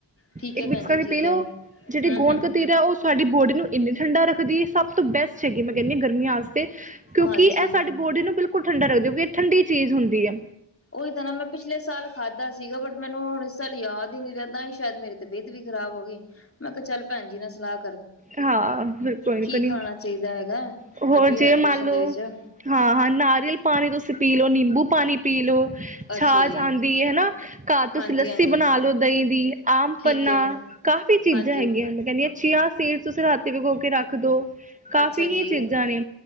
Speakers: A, on the left; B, on the right.
A: ਠੀਕ
B: ਇੱਕ
A: ਹੈ ਭੈਣ
B: ਮਿਕਸ
A: ਜੀ
B: ਕਰਕੇ
A: ਠੀਕ
B: ਪੀ ਲਓ
A: ਹੈ।
B: ਜਿਹੜੀ
A: ਹੂੰ
B: ਗੋਂਦ
A: ਹੂੰ
B: ਕਤੀਰ ਹੈ ਉਹ ਸਾਡੀ ਬੋਡੀ ਨੂੰ ਇੰਨੀ ਠੰਡਾ ਰੱਖਦੀ ਸਭ ਤੋਂ ਬੈਸਟ ਹੈਗੀ ਮੈਂ ਕਹਿੰਦੀ ਹ ਗਰਮੀਆਂ ਆਸ ਕਿਉਂਕਿ
A: ਹਾਂਜੀ
B: ਇਹ ਸਾਡਡੀ ਬੋਡੀ ਨੂੰ ਬਿਲਕੁਲ ਠਡਾ ਰੱਖਦੇਉਂ ਠੰ ਚੀ ਹੁੰਦੀ ਏ
A: ਉਹੀ ਤਾਂ ਨਾ ਮੈਂ ਪਿਛਲੇ ਸਾਲ ਖਾਧਾ ਸੀਗਾ ਬਟ ਮੈਨੂੰ ਹੁਣ ਇਸ ਸਾਲ ਯਾਦ ਹੀ ਨ ਰਹਦਾ ਸ਼ਾਇਦ ਮੇਰੀ ਤਬੀਅਤ ਵੀ ਖਰਾਬ ਹੋ ਗਈ ਮੈਂ ਕਿਹਾ ਚੱਲ ਭੈਣ ਜੀ ਨਾਲ ਸਲਾਹ
B: ਹਾਂ ਬ ਕੋਈ
A: ਕੀ
B: ਨੀ
A: ਖਾਣਾ ਚਾਹੀਦਾ ਹੈਗਾ
B: ਕੋ ਹੋਰ
A: ਡੀਹਾਈਡ੍ਰੇਸ਼ਨ
B: ਜੇ ਮੰਨ ਲਓ
A: ਦੇ ਵਿੱਚ
B: ਹਾਂ ਹਾਂ ਨਾਰੀਅਲ ਪਾਣੀ ਤੁਸੀਂ ਪੀ ਲਓ ਨਿੰਬੂ ਪਾਣੀ ਪੀਲੋ
A: ਅੱਛਾ
B: ਛਾਛ
A: ਜੀ,
B: ਆਉਂਦੀ ਹੈ ਹਨਾ ਘਰ ਤੁਸੀਂ
A: ਹਾਂਜੀ-ਹਾਂਜੀ
B: ਲੱਸੀ ਬਣਾ ਲਓ ਦਹੀਂ ਦੀ ਆਮ
A: ਠੀਕ
B: ਪੰਨਾ
A: ਐ,
B: ਕਾਫ਼ੀ ਚੀਜ਼ਾਂ
A: ਹਾਂਜੀ।
B: ਹੈਗੀਆਂ ਮੈਂ ਕਹਿੰਦੀ ਹਾਂ ਚੀਆ ਸੀਟਸ ਤੁਸੀਂ ਰਾਤੀ ਵਿਗੋ ਕੇ ਰੱਖ ਦੋ ਕਾਫ਼ੀ
A: ਅੱਛਾ
B: ਹੀ
A: ਜੀ,
B: ਚੀਜ਼ਾਂ ਨੇ